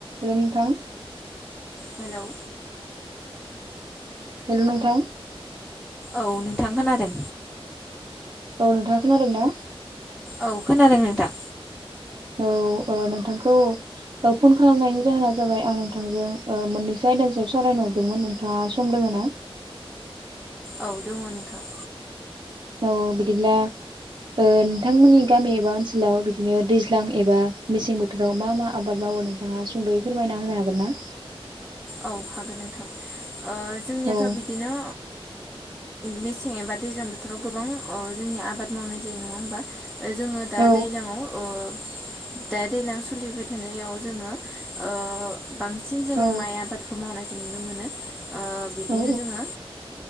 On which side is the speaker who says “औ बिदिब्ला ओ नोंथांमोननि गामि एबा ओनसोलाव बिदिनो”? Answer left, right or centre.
Right